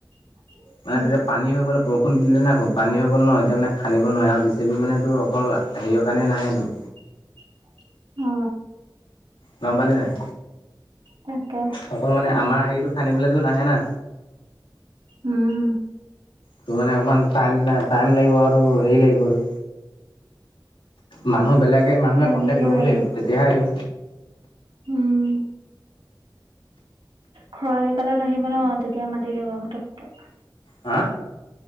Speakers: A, on the right; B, on the left.
A: <inaudible>
B: মানে ততিয়া পানী হৈ গ'লে বৰষুণ দিলে নাই খুব। পানী হৈ গ'ল ন এতিয়া মানে খানিব নোৱাৰে আৰু জেচেপি মানে তোৰ অকল- হেৰিয় কাৰণে নাহে টো।
A: <inaudible> অ
B: গম পালি নাই?
A: তাকে
B: অকল মানে আমাৰ হেৰিটো খান্দিবলৈতো নাহে না।
A: উম
B: ত মানে অকমান টাই টাইম লাগিব আৰু সেৰি লাগিব আৰু। মানুহ বেলেগে মানুহে
A: লাগিবই
B: কন্টেক্ট ল'ব লাগিব
A: আৰু
B: তেতিয়াহে আহিব।
A: উম। খৰালি কালত আহিব ন তেতিয়া মাতি দিব পতককে।
B: হা?